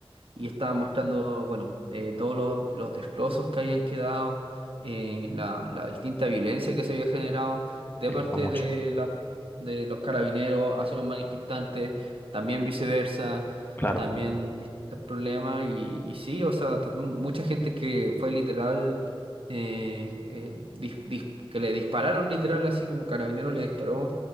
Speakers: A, on the right (about 75°); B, on the left (about 20°).
A: y estaba mostrando, bueno, eh, todos los, los destrozos que habían quedado, eh, la, la distinta violencia que se había generado de
B: sí,
A: parte
B: fue mucho.
A: de, la- de los carabineros hacia los manifestantes, también viceversa,
B: Claro.
A: también distintos problemas y, y sí, o sea, también mucha gente que fue literal, eh, eh, dis- dis- que le dispararon literal, así como carabineros le disparó